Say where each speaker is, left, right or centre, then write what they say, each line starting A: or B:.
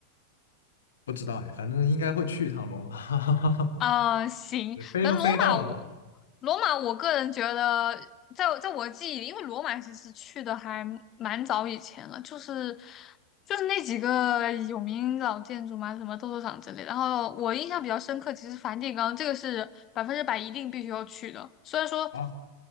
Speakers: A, on the left (about 65°); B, on the left (about 30°).
A: 不知道哎，反正应该会去一趟罗马，
B: 啊行，
A: <laughs> 对飞都飞到了嘛。
B: 反正罗马我罗马，我个人觉得在我在我记忆里，因为罗马其实去的还蛮早以前了，就是就是那几个有名老建筑嘛，什么斗兽场之类的然后我印象比较深刻，其实梵蒂冈这个是百分之百一定必须要去的，虽然说。
A: 啊，